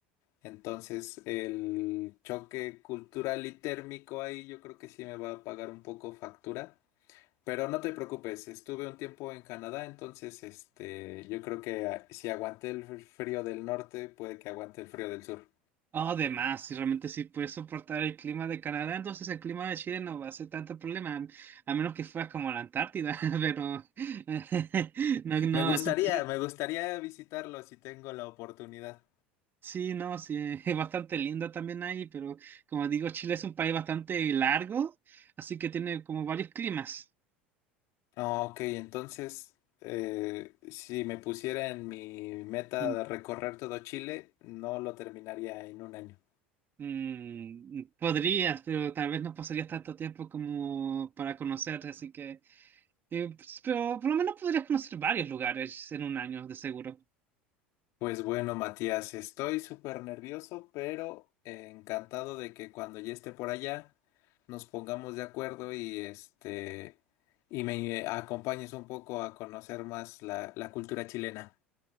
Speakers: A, on the left; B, on the right.
A: Entonces, el choque cultural y térmico ahí yo creo que sí me va a pagar un poco factura. Pero no te preocupes, estuve un tiempo en Canadá, entonces este, yo creo que ah, si aguanté el frío del norte, puede que aguante el frío del sur.
B: Oh, de más, si realmente sí puedes soportar el clima de Canadá, entonces el clima de Chile no va a ser tanto problema, a menos que fueras como a la Antártida, <laughs> pero <laughs> no, no,
A: Me gustaría,
B: eso sí,
A: me gustaría visitarlo si tengo la oportunidad.
B: sí, no, sí, <laughs> es bastante lindo también ahí, pero como digo, Chile es un país bastante largo, así que tiene como varios climas.
A: Ah, Ok, entonces, eh, si me pusiera en mi meta
B: Mm.
A: de recorrer todo Chile, no lo terminaría en un año.
B: Mm, podrías, pero tal vez no pasarías tanto tiempo como para conocer, así que, eh, pues, pero por lo menos podrías conocer varios lugares en un año, de seguro.
A: Pues bueno, Matías, estoy súper nervioso, pero eh, encantado de que cuando ya esté por allá nos pongamos de acuerdo y este y me eh, acompañes un poco a conocer más la, la cultura chilena.